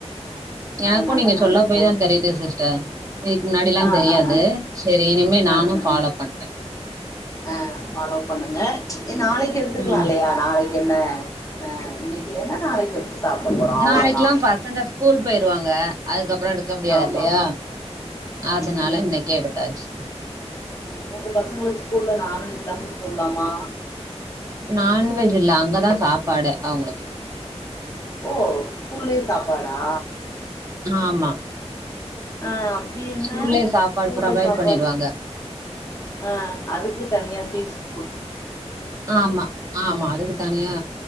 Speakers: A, on the right; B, on the left.
A: எனக்கு
B: அதனால
A: நீங்க
B: நாங்க
A: சொல்ல
B: எப்பவுமே
A: போய்தா தெரியுது சிஸ்டர் இதுக்கு முன்னாடி எல்லா
B: ஆ
A: தெரியாது
B: ஆ ஆ
A: செரி இனிமே நானு
B: ஆ ஆ
A: ஃபாலோ பண்றே
B: ஆ பாலோ பண்ணுங்க நாளைக் எடுத்துக்லா
A: ம்
B: இல்லையா நாளைக் என்ன அ இன்னைக்கில்லேனா நாளைக் எடுத்து சாப்ட போறோ அவ்வளோதா
A: நாளைக்குலா பசங்க ஸ்கூல் போயிருவாங்க அதுக்கப்புறோ எடுக்க முடியா
B: ஆமா
A: இல்லையா
B: ஆமா ம்
A: அதனால
B: ம் ம்
A: இன்னைக்கே
B: ம்
A: எடுத் தாச்சு
B: ம் உங்க பசங்களுக் ஸ்கூல்ல நான்வெஜ்லா குடுத்து உட்லாமா
A: நான்வெஜ் இல்ல அங்கதா சாப்பாடே அவங்களுக்கு
B: ஓ ஸ்கூல்லே சாப்பாடா
A: ஆமா
B: அ அப்டி என்ன
A: ஸ்கூல்லயே சாப்பாடு
B: ஸ்கூல்ல
A: ப்ரொவைட்
B: சாப்பாடு
A: பண்ணிருவாங்க
B: ஆ அதுக்கு தனியா ஃபீஸ் குடு
A: ஆமா ஆமா அதுக்கு தனியா